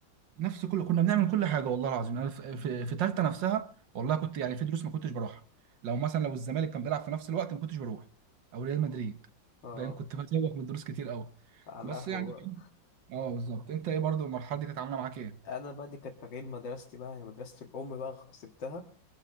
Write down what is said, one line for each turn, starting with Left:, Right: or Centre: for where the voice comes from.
Right: نفس كل كنا بنعمل كل حاجه والله العظيم انا في, في... في تالتة نفسها والله كنت يعني في دروس ما كنتش بروحها لو مثلا لو الزمالك كان بيلعب في نفس الوقت ما كنتش بروح او ريال مدريد
Left: اه
Right: فاهم كنت بتسوق من دروس كتير قوي
Left: على
Right: بس
Left: القهوة
Right: يعني
Left: بقى
Right: اه بالظبط انت ايه برضو المرحله دي كانت عامله معاك ايه
Left: أنا بقى دي كانت تغيير مدرستي بقى يعني مدرسة الأم بقى غ- سبتها